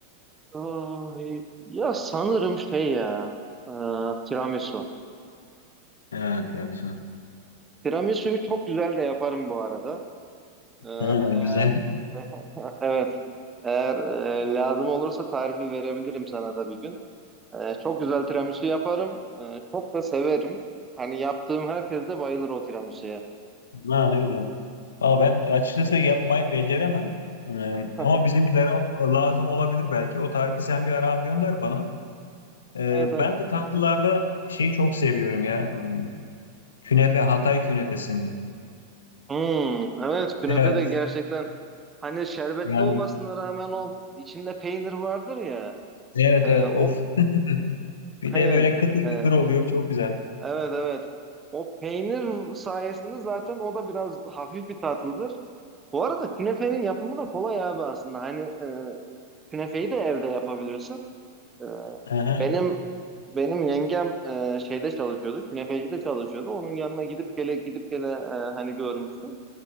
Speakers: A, on the right; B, on the left.
A: Ay, Ya sanırım şey ya e, tiramisu.
B: Ha, tiramisu var.
A: Tiramisu'yu çok güzel de yaparım bu arada. E, hani
B: Ha, güzel.
A: eğer
B: <laughs>
A: <laughs> evet eğer e, lazım olursa tarifi verebilirim sana da bir gün. E, çok güzel tiramisu yaparım. E, çok da severim. Hani yaptığım herkes de bayılır o tiramisu'ya.
B: Ha, ne güzel. Valla ben açıkçası yapmayı beceremem. Ee,
A: <laughs>
B: ama bizimkilere o- lazım olabilir belki. O tarifi sen bir ara gönder bana. Ee,
A: Evet evet.
B: ben de tatlılarda şeyi çok seviyorum ya. Hmm, Künefe, Hatay künefesini.
A: Hmm, evet künefe
B: Evet.
A: de gerçekten hani şerbetli
B: Yani
A: olmasına rağmen o içinde peynir vardır ya.
B: evet
A: E, o
B: evet of. <laughs> Bir
A: aynen.
B: de böyle kıtır
A: e,
B: kıtır oluyor. Çok güzel.
A: Evet evet. O peynir sayesinde zaten o da biraz hafif bir tatlıdır. Bu arada künefenin yapımı da kolay abi aslında. Hani e, künefeyi de evde yapabilirsin. E,
B: Aha,
A: benim benim yengem e, şeyde çalışıyordu. Künefecide çalışıyordu. Onun yanına gidip gele gidip gele e, hani görmüştüm.